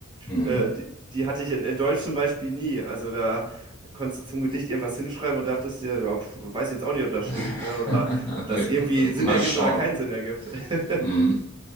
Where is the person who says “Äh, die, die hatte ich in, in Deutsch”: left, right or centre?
Right